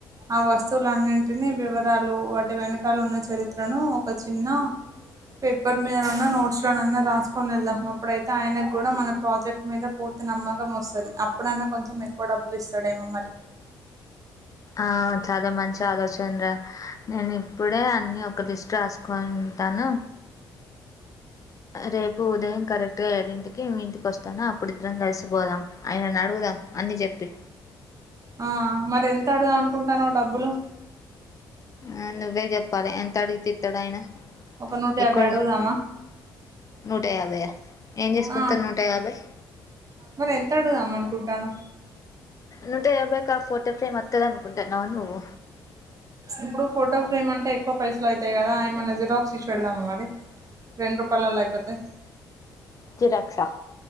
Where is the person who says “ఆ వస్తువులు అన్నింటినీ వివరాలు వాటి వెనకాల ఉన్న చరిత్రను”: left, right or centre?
Right